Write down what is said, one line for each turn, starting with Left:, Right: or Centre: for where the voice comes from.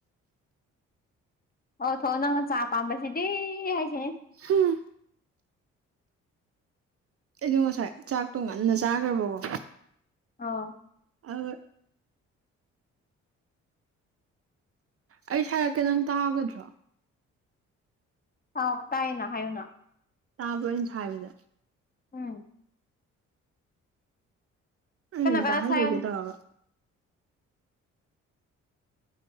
Left: ꯊꯛꯑꯣ ꯊꯛꯑꯣ ꯅꯪꯅ ꯆꯥ ꯄꯥꯝꯕꯁꯤꯗꯤ ꯍꯥꯏꯁꯤꯅꯤ
Right: ꯎꯝ <unintelligible> ꯑꯩꯗꯣ ꯉꯁꯥꯏ ꯆꯥꯛꯇꯣ ꯉꯟꯅ ꯆꯥꯈ꯭ꯔꯕꯀꯣ
Left: ꯑꯥ
Right: ꯑꯗꯨ ꯑꯩ ꯁꯥꯏꯔꯛꯀꯦ ꯅꯪ ꯇꯥꯒꯗ꯭ꯔꯣ
Left: ꯑꯥꯎ ꯇꯥꯏꯌꯦꯅ ꯍꯥꯏꯌꯣꯅ
Right: ꯇꯥꯕ꯭ꯔꯣ ꯑꯩꯅ ꯁꯥꯏꯕꯁꯦ
Left: ꯎꯝ
Right: ꯎꯝ
Left: ꯀꯟꯅ ꯀꯟꯅ
Right: ꯇꯍꯜꯂꯣꯏꯒꯦ
Left: ꯁꯥꯏꯌꯣꯅꯦ
Right: ꯇꯧꯔꯒꯥ